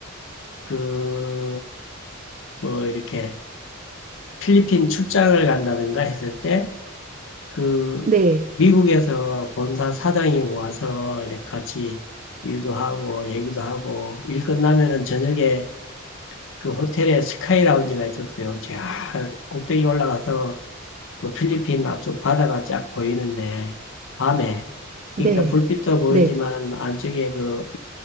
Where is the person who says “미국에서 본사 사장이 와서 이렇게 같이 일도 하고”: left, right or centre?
Left